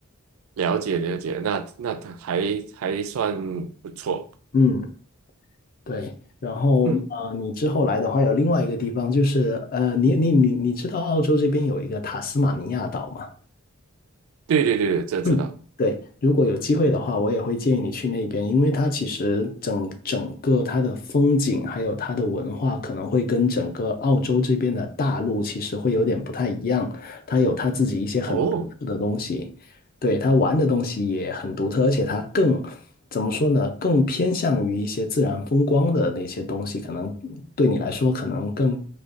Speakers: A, on the right (about 70°); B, on the left (about 45°).
A: 了解了解，那那它还还算不错，
B: 嗯。对，然后呃，
A: 嗯，
B: 你之后来的话，有另外一个地方就是呃，你你你你知道澳洲这边有一个塔斯马尼亚岛吗？
A: 对对对，这知道
B: 嗯，对，如果有机会的话，我也会建议你去那边，因为它其实整整个它的风景，还有它的文化，可能会跟整个澳洲这边的大陆其实会有点不太一样，它有它自己一些很独特的东西，
A: 哦。
B: 对，它玩的东西也很独特，而且它更，怎么说呢，更偏向于一些自然风光的那些东西，可能对你来说可能更